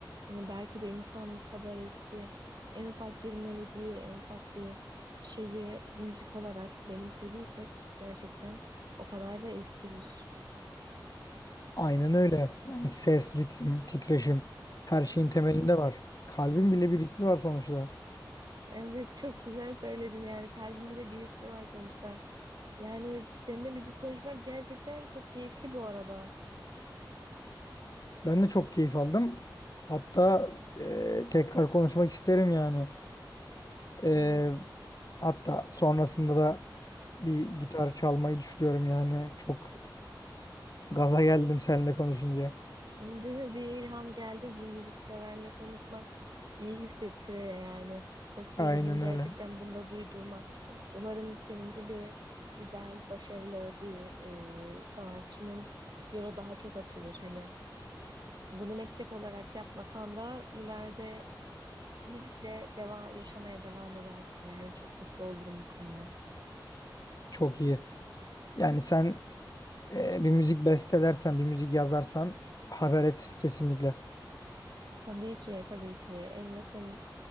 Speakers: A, on the right (about 60°); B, on the left (about 50°).
A: Hani belki de insanlık kadar eski. En ufak bir melodiyi, en ufak bir şeyi müzik olarak benimsediysek gerçekten o kadar da eskidir.
B: Aynen öyle. Yani ses, ritim, titreşim her şeyin temelinde var. Kalbin bile bir ritmi var sonuçta.
A: Evet çok güzel söyledin yani kalbimde de bir ritmi var sonuçta. Yani seninle müzik konuşmak gerçekten çok keyifli bu arada.
B: Ben de çok keyif aldım. Hatta e, tekrar konuşmak isterim yani. E,
A: Evet.
B: hatta sonrasında da bir gitar çalmayı düşünüyorum yani. Çok gaza geldim seninle konuşunca.
A: Değil mi? Bir ilham geldi. Bir müzikseverle konuşmak iyi hissettiriyor yani. Çok sevindim
B: Aynen
A: gerçekten
B: öyle.
A: bunda duyduğuma. Umarım senin gibi güzel, başarılı bir e, sanatçının yolu daha çok açılır. Hani bunu meslek olarak yapmasan da ileride müzikle devam yaşamaya devam edersin. Yani çok mutlu olurum bu konuda.
B: Çok iyi. Yani sen e, bir müzik bestelersen, bir müzik yazarsan haber et kesinlikle.
A: Tabii ki, tabii ki en yakın